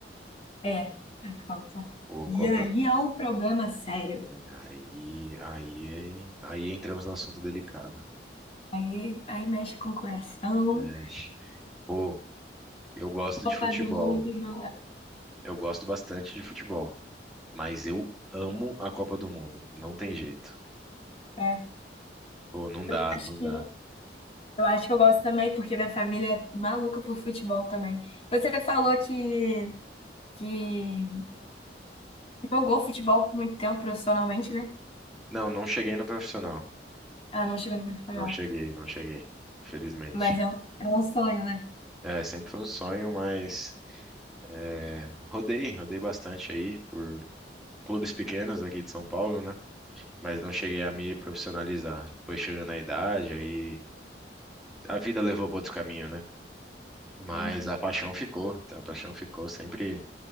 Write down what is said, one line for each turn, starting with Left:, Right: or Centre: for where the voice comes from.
Left: É, a Copa.
Centre: Ô,
Left: E
Centre: Copa.
Left: aí é um problema sério.
Centre: Aí, aí, aí entramos no assunto delicado.
Left: Aí, aí mexe com o coração.
Centre: né? Pô, eu gosto
Left: Copa
Centre: de futebol.
Left: do Mundo não dá.
Centre: Eu gosto bastante de futebol, mas eu amo a Copa do Mundo. Não tem jeito.
Left: É,
Centre: Pô, não dá,
Left: acho
Centre: não
Left: que
Centre: dá.
Left: Eu acho que eu gosto também, porque minha família é maluca por futebol também. Você falou que, que jogou futebol por muito tempo profissionalmente, né?
Centre: Não, não cheguei no profissional.
Left: Ah, não chegou no profissional.
Centre: Não cheguei, não cheguei. Felizmente.
Left: Mas é um, é um sonho, né?
Centre: É, sempre foi um sonho, mas é, rodei, rodei bastante aí por clubes pequenos aqui de São Paulo, né? Mas não cheguei a me profissionalizar. Foi chegando a idade, aí a vida levou para outro caminho, né? Mas
Left: Entendi.
Centre: a paixão ficou, a paixão ficou sempre.